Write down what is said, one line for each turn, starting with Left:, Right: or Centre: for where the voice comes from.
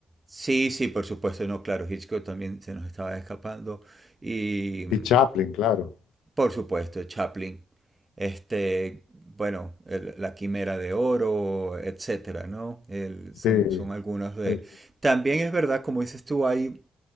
Right: Sí, sí, por supuesto, no, claro, Hitchcock también se nos estaba escapando y mm,
Left: Y Chaplin, claro.
Right: Por supuesto, Chaplin. Este, bueno, el- La Quimera de Oro, etcétera, ¿no? El- son,
Left: Sí,
Right: son algunos de...
Left: él-
Right: También es verdad, como dices tú, hay